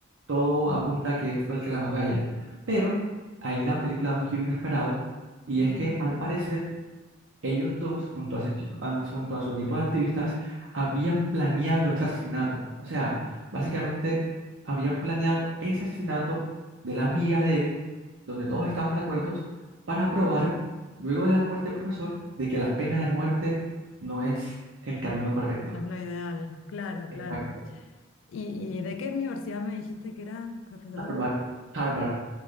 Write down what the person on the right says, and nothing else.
todo apunta a que él fue el que la mató a ella. Pero ahí la película da un giro inesperado y
es que al parecer ellos dos, junto a su, equi- an- junto a su equipo de activistas, habían planeado ese asesinato. O sea, básicamente habían planeado ese asesinato de la amiga de él, donde todos estaban de acuerdo, para probar, luego de la muerte del profesor, de que la pena de muerte no es el camino correcto.
Exacto.
Harvard, Harvard,